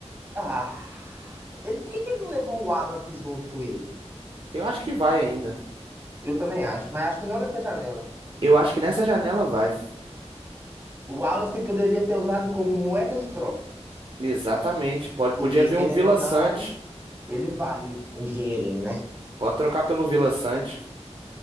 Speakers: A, on the right (about 20°); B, on the right (about 45°).
A: Ah, ele, por que, que ele não levou o Wallace junto com ele?
B: Eu acho que vai ainda.
A: Eu também acho, mas acho que não nessa janela.
B: Eu acho que nessa janela vai.
A: O Wallace poderia ser usado como moeda de troca,
B: Exatamente. Pode,
A: porque
B: podia vir
A: querendo
B: um Vila
A: ou não,
B: Sante.
A: ele vale um dinheirinho, né?
B: Pode trocar pelo Vila Sante.